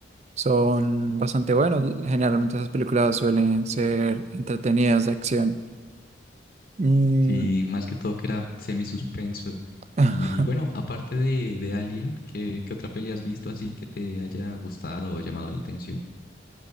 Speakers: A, on the right (about 35°); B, on the left (about 50°).
A: Son bastante buenos. Generalmente esas películas suelen ser entretenidas de acción. Mm,
B: Sí, más que todo que era semi suspenso.
A: <laughs>
B: Y bueno, aparte de, de Alien, ¿qué, qué otra peli has visto así que te haya gustado o llamado la atención?